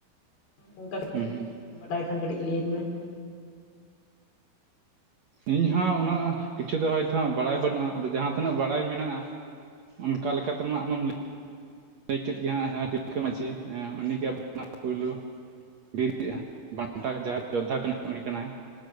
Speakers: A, on the left; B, on the right.
A: ᱚᱱᱠᱟ <unintelligible>
B: ᱦᱩᱸ ᱦᱩᱸ ᱾
A: ᱵᱟᱰᱟᱭ ᱠᱷᱟᱱ ᱠᱟᱹᱴᱤᱡ ᱞᱟᱹᱭᱟᱹᱧ ᱢᱮ ᱾
B: ᱤᱧ ᱦᱚᱸ ᱩᱱᱟᱹᱜ ᱠᱤᱪᱷᱩ ᱫᱚ ᱦᱚᱭᱛᱚ ᱦᱟᱜ ᱵᱟᱲᱟᱭ ᱵᱟᱹᱱᱩᱜᱼᱟ ᱟᱫᱚ ᱡᱟᱦᱟᱸ ᱛᱤᱱᱟᱹᱜ ᱵᱟᱲᱟᱭ ᱢᱮᱱᱟᱜᱼᱟ ᱚᱱᱠᱟ ᱞᱮᱠᱟ ᱛᱮᱢᱟ ᱟᱢᱮᱢ ᱞᱟᱹᱭ ᱞᱟᱹᱭ ᱠᱮᱫ ᱜᱮ ᱦᱟᱸᱜ ᱛᱤᱞᱠᱟᱹ ᱢᱟᱺᱡᱷᱤ ᱩᱱᱤᱜᱮ ᱟᱵᱚ <unintelligible> ᱯᱩᱭᱞᱳ <unintelligible> ᱵᱤᱨ ᱵᱟᱱᱴᱟ ᱡᱟᱦᱟᱸᱭ ᱡᱳᱫᱽᱫᱷᱟ ᱠᱟᱱᱟᱭ ᱩᱱᱤ ᱠᱟᱱᱟᱭ ᱾